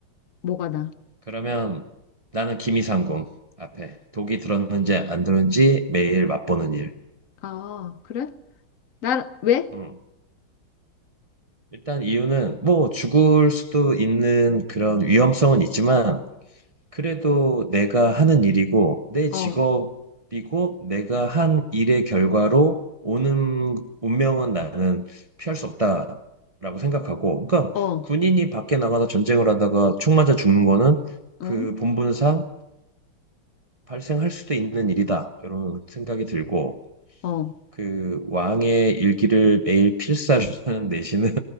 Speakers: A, on the left (about 55°); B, on the right (about 60°).
A: 뭐가 나?
B: 그러면 나는 김이상궁 앞에 독이 들었는지 안 들었는지 매일 맛보는 일.
A: 아, 그래? 나, 왜?
B: 음. 일단 이유는 뭐 죽을 수도 있는 그런 위험성은 있지만 그래도 내가 하는 일이고 내 직업이고
A: 어,
B: 내가 한 일의 결과로 오는 운명은 나는 피할 수 없다라고 생각하고 그러니까
A: 어,
B: 군인이 밖에 나가서 전쟁을 하다가 총 맞아 죽는 거는
A: 어,
B: 그 본분상 발생할 수도 있는 일이다 이런 생각이 들고
A: 어.
B: 그 왕의 일기를 매일 필사를 하는 내신은